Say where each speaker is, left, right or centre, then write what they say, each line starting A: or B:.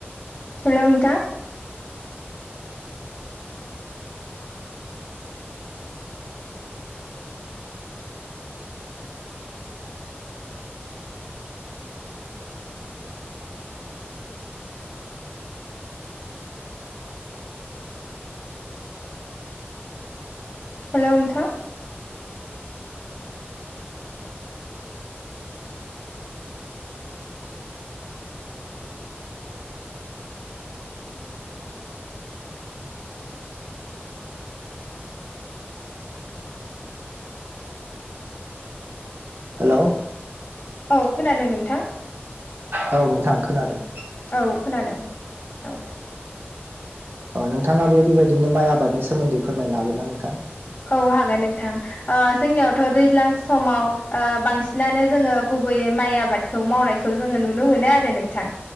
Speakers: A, on the left; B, on the right.
A: हेल' नोंथां। हेल' नोंथां।
B: हेल'।
A: औ खोनादों नोंथां।
B: औ नोंथां खोनादों।
A: औ खोनादों औ।
B: अ नोंथाङाबो बेबायदिनो माइ आबादनि सोमोन्दै फोरमायनो हागोन ना नोंथां?
A: औ हा हागोन नोंथां जोंनियावथ' दैज्लां समाव बांसिनानो जोङो गुबैयै माइ आबादखौ मावनायखौ जोङो नुनो मोनो आरो नोंथां